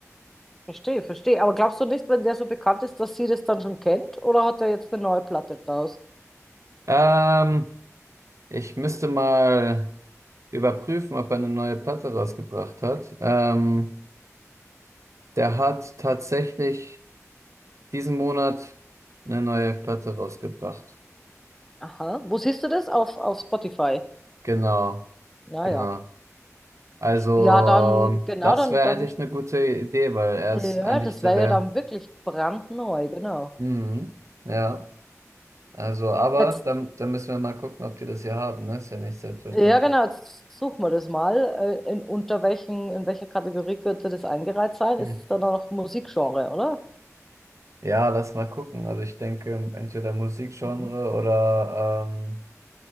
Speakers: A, in the centre; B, on the right.
A: Verstehe, verstehe. Aber glaubst du nicht, wenn der so bekannt ist, dass sie das dann schon kennt? Oder hat er jetzt eine neue Platte raus?
B: Ähm, Ich müsste mal überprüfen, ob er eine neue Platte rausgebracht hat. Ähm, der hat tatsächlich diesen Monat eine neue Platte rausgebracht.
A: Aha. Wo siehst du das? Auf, auf Spotify.
B: Genau,
A: Naja.
B: genau. Also,
A: Ja, Ja, dann, genau,
B: das
A: dann,
B: wäre
A: dann,
B: eigentlich eine gute Idee, weil er
A: ja,
B: ist eigentlich
A: das
B: so
A: wäre
B: der.
A: ja dann wirklich brandneu, genau.
B: Mhm, ja, also, aber
A: Jetzt,
B: dann, dann müssen wir mal gucken, ob die das hier haben, ne? Ist ja nicht selbstverständlich.
A: ja, genau, jetzt suchen wir das mal. Äh, In, unter welchen, in welcher Kategorie könnte das eingereiht sein?
B: Mhm.
A: Ist es dann auch noch Musikgenre, oder?
B: Ja, lass mal gucken. Also, ich denke, entweder Musikgenre
A: Mhm.
B: oder. Ähm,